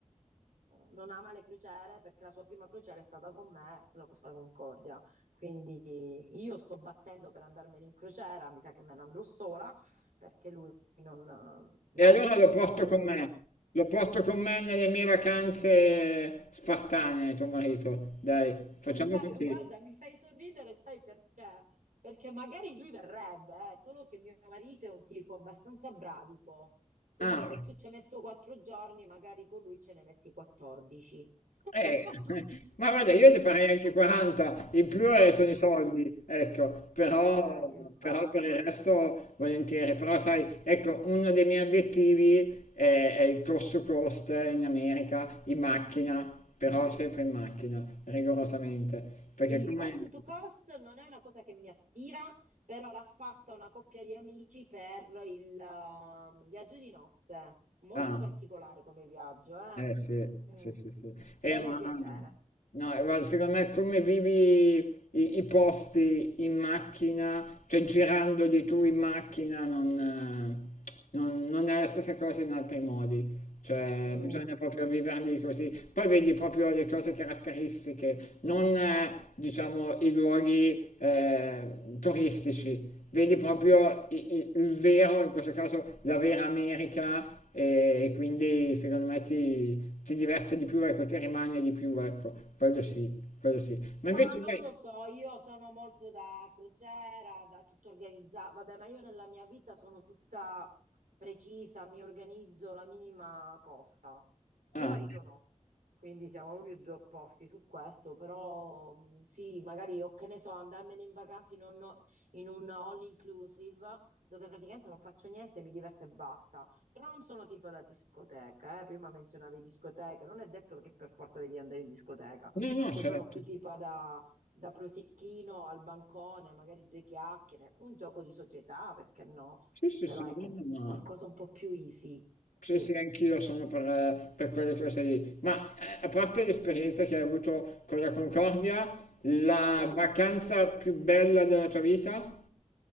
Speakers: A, on the right; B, on the left.
A: non ama le crociere perché la sua prima crociera è stata con me sulla Costa Concordia. Quindi io sto battendo per andarmene in crociera, mi sa che me ne andrò sola perché lui non... eh,
B: e
A: no,
B: allora lo porto
A: è proprio
B: con me,
A: un no.
B: lo porto con me nelle mie vacanze spartane, tuo marito, dai, facciamo
A: Ma
B: così.
A: guarda, mi fai sorridere, sai perché? Perché magari lui verrebbe, eh, solo che mio marito è un tipo abbastanza bradipo, quindi
B: Ah.
A: se tu ci hai messo quattro giorni, magari con lui ce ne metti 14. <laughs>
B: Eh, <laughs> ma guarda, io ne farei anche 40, in più eh, sono i soldi, ecco, però,
A: Eh, infatti.
B: però per il resto volentieri, però sai, ecco, uno dei miei obiettivi è, è il cost to cost in America, in macchina, però
A: Mm.
B: sempre in macchina, rigorosamente, perché
A: Il
B: come...
A: cost to cost non è una cosa che mi attira, però l'ha fatta una coppia di amici per il ehm, viaggio di nozze. Molto
B: Ah.
A: particolare come viaggio, eh?
B: Eh sì,
A: Mm.
B: sì, sì, sì. Eh,
A: Deve
B: ma
A: piacere.
B: no, eh, guarda, secondo me come vivi i, i posti in macchina, cioè girandoli tu in macchina, non, eh, non- non è la stessa cosa in altri modi. Cioè,
A: Mm.
B: bisogna proprio viverli così. Poi vedi proprio le cose caratteristiche, non eh, diciamo i luoghi eh, turistici vedi proprio i- i- il, vero, in questo caso la vera America e, e quindi secondo me ti, ti diverte di più, ecco, ti rimane di più, ecco, quello sì, quello sì. Ma
A: Ma
B: invece
A: non
B: dai,
A: lo so, io sono molto da crociera, da tutto organizzato. Vabbè, ma io nella mia vita sono tutta precisa, mi organizzo la minima cosa. Mio
B: ah,
A: marito no, quindi siamo proprio due opposti su questo, però mh, sì, magari o che ne so, andarmene in vacanza in un, in un all inclusive dove praticamente non faccio niente, mi diverto e basta. Però non sono tipo da discoteca, eh. Prima menzionavi discoteche, non è detto che per forza devi andare in discoteca.
B: no, no,
A: Io
B: certo,
A: sono più tipo da, da prosecchino al bancone, magari due chiacchiere, un gioco di società, perché no?
B: sì, sì,
A: Però
B: sì,
A: ecco,
B: no,
A: un-
B: no, ma-
A: qualcosa un po' più easy.
B: Sì,
A: Sì.
B: sì, anch'io sono per, per quelle cose lì. Ma eh, a parte l'esperienza che hai avuto con la Concordia, la
A: Eh.
B: vacanza più bella della tua vita?